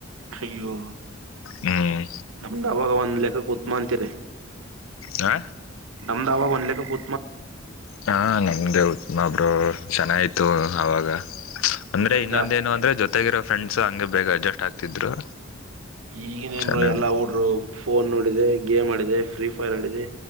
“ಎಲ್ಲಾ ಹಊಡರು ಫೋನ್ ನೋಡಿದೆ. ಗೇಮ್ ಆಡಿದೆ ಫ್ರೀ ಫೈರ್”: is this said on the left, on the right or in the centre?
Right